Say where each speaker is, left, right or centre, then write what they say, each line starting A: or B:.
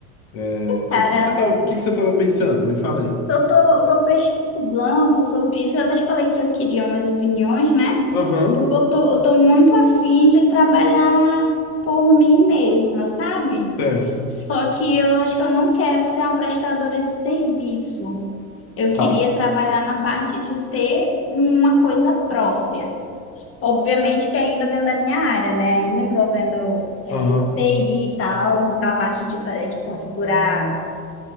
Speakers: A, on the left; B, on the left.
A: É, que,
B: Cara,
A: que, que você tava, que, que você tava pensando? Me fala aí.
B: eu tô, eu tô pesquisando sobre isso. Eu até te falei que eu queria umas opiniões, né?
A: Aham,
B: Porque eu tô, eu tô muito afim de trabalhar por mim mesma, sabe?
A: certo.
B: Só que eu acho que eu não quero ser uma prestadora de serviço. Eu
A: Tá.
B: queria trabalhar na parte de ter uma coisa própria. Obviamente que ainda dentro da minha área, né? Ainda envolvendo é,
A: Aham,
B: TI e tal, montar a parte de, fa- de configurar